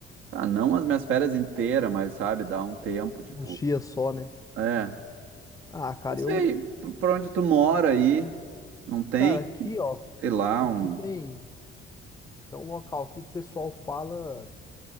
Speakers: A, on the right (about 85°); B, on the left (about 15°).
A: Ah, não as minhas férias inteiras, mas sabe, dá um tempo, tipo.
B: Uns dias só, né?
A: É.
B: Ah, cara,
A: Não sei
B: eu...
A: por por onde tu mora aí. Não tem,
B: Cara, aqui, ó.
A: sei lá,
B: Aqui
A: um.
B: tem, tem um local aqui que o pessoal fala...